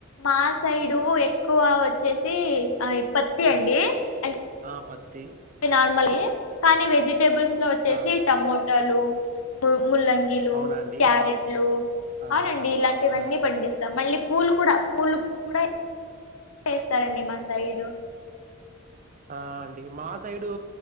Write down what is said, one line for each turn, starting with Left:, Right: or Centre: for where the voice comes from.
Left: మా సైడు ఎక్కువ వచ్చేసి ఆ ఇ పత్తి
Right: ఆ
Left: అండి అ
Right: ఆ పత్తి
Left: నార్మల్గే కానీ వెజిటేబుల్స్ లో వచ్చేసి
Right: ఆ
Left: టమోటలు ముల్లంగీలు
Right: అవునా అండి
Left: క్యారెట్లు
Right: ఆ
Left: అవునండి ఇలాంటివన్నీ
Right: ఆ
Left: పండిస్తాం మళ్ళీ పూలు కూడా పూలు కూడా చేస్తారండి మా సైడు
Right: ఆ అండి మా సైడు